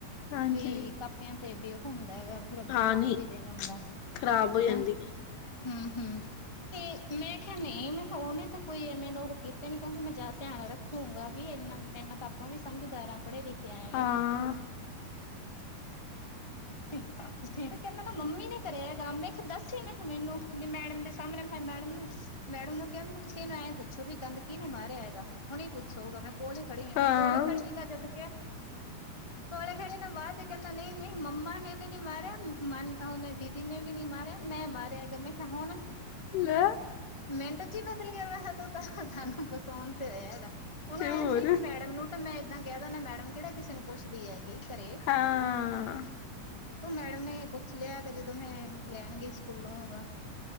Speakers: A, on the left; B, on the left.
A: ਹਾਂਜੀ
B: ਵੀ ਕਾ ਪ ਪਿਆਂ ਤੇ ਬਹ ਹੁੰਦਾ ਹੈਗਾ ਫਿਰ ਅੱਗੇ
A: ਹਾਂ
B: ਕੰਮ
A: ਨਹੀਂ
B: ਵੀ ਦੇਣਾ ਹੁੰਦਾ
A: ਖ਼ਰਾਬ ਹੋ ਜਾਂਦੀ
B: ਹੈਂ।
A: ਹੈ।
B: ਹਮ -ਹਮ। ਤੇ ਮੈਂ ਕਿਹਾ ਨਹੀਂ, ਮੈਂ ਕਿਹਾ ਉਹਨੇ ਤਾਂ ਕੋਈ, ਐਵੇਂ ਦਾ ਉਹ ਕੀਤਾ ਈਨੀ ਕਮ ਕਿਉਂਕਿ ਮੈਂ ਜ਼ਿਆਦਾ ਧਿਆਨ ਰੱਖ ਖੂੰਗਾ ਵੀ ਇਨਾ ਇਨਾ ਤਾਂ ਆਪਾਂ ਵੀ ਸਮਝਦਾਰ ਆਾਂ ਪੜ੍ਹੇ ਲਿਖੇ
A: ਹਾਂ
B: ਵੀ ਠੀ <inaudible> ਕਹਿੰਦਾ ਨਾ ਮੰਮੀ ਨੇ ਕਰਿਆ ਹੈਗਾ, ਮ ਮੈਂ ਦੱਸ ਹੀ ਮੈਨੂੰ ਵੀ ਮੈਡਮ ਦੇ ਸਾਹਮਣੇ ਮੈਂ ਕਿਹਾ ਮੈਡਮ ਨੂੰ ਮੈਡਮ ਨੂੰ ਕਿਹਾ ਮੈਂ ਕੀ ਤੁਸੀਂ ਇਹਨੂੰ ਐਂ ਪੁੱਛੋ ਵੀ ਗਂਦ। ਕੀਨੇ ਮਾਰਿਆ ਹੈਗਾ, ਹੁਣੇ ਪੁੱਛੋ ਮੈਂ ਕੋਲ ਹੀ ਖੜੀਆ
A: ਹਾਂ
B: ਮੈਂ ਕੋਲ ਹੀ ਖੜੀ ਜਦ ਕਿਹਾ ਕੋਲੇ ਖੜ੍ਹੇ ਨਾਲ ਬਾਅਦ ਚ ਕਹਿੰਦਾ ਨਹੀਂ ਨਹੀਂ ਮੰਮਾ ਕਿਸੇ ਨੇ ਵੀ ਨਹੀਂ ਮਾਰਿਆ ਮਨ ਉਹਨੇ ਦੀਦੀ ਨੇ ਵੀ ਨੀ ਮਾਰਿਆ ਮੈਂ ਮਾਰਿਆ ਹੈਗਾ ਹੁਣ।
A: ਲੈ
B: ਮਿੰਟ ਚ ਹੀ ਬਦਲ ਗਿਆ। ਮੈਂ ਕਿਹਾ ਤੂੰ ਤਾਂ ਸਾਨੂੰ ਫਸਾਉਣ ਤ ਆਇਆ ਹੈਗਾ। ਔਹਨੂੰ
A: ਤੇ
B: ਐ
A: ਹੋਰ
B: ਸੀ ਮੈਡਮ ਨੂੰ ਤਾਂ ਮੈਂ ਇਦਾਂ ਕਹਿ ਦਿੰਦਾ ਮੈਡਮ ਕਿਹੜਾ ਕਿਸੇ ਨੂੰ ਪੁੱਛਦੀ ਹੈਗੀ ਘਰੇ
A: ਹਾਂ ਆ ਆ
B: ਤੇ ਔਹ ਮੈਡਮ ਨੇ ਪੁੱਛ ਲਿਆ ਜਦੋਂ ਮੈਂ ਲੈਣ ਗਈ ਸਕੂਲੋਂ ਹੈ ਗਾ।